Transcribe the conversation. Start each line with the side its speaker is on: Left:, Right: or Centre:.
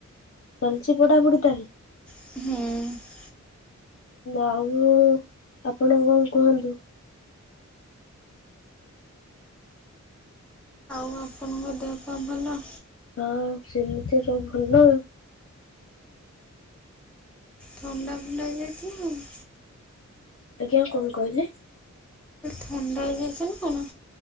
Left: ଚାଲିଛି ପଢାପଢ଼ି ତାହେଲେ
Centre: ହୁଁ
Left: ଆଉ ଆପଣ କଣ କୁହନ୍ତୁ।
Centre: ଆଉ ଆପଣଙ୍କ ଦେହବା ଭଲ।
Left: ହଁ ସେମିତି ସବୁ ଭଲ।
Centre: ଥଣ୍ଡା ଫୁଣ୍ଡା ହେଇଯାଇଛି।
Left: ଆଜ୍ଞା କଣ କହିଲେ।
Centre: ଥଣ୍ଡା ହେଇଯାଇଛ ନା କଣ?